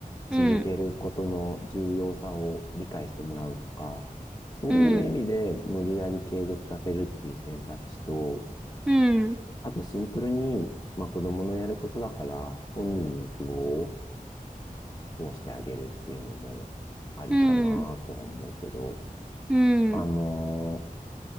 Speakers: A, on the left; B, in the centre.
A: 続けることの重要さを理解してもらうとか、
B: うん。
A: そういう意味で無理やり継続させるっていう選択肢と、
B: うん。うん。
A: あとシンプルに、まあ子供のやることだから本人の希望を通してあげるっていうのもありかなとは思うけど、
B: うん。うん。
A: あのー